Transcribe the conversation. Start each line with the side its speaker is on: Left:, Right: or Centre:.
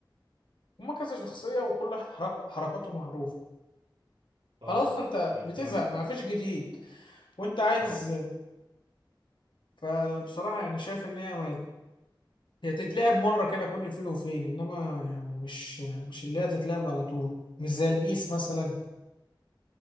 Left: هما كذا شخصيه وكل واحد حرك... حركاته معروفه
Right: اه
Left: خلاص فانت
Right: هي
Left: بتزهق
Right: فعلا كده
Left: ما فيش جديد وانت عايز
Right: اه
Left: فبصراحه يعني شايف ان هي ما هي تتلعب مرة كده كل فين وفين إنما يعني مش مش اللي هي تتلعب على طول مش زي البيس مثلا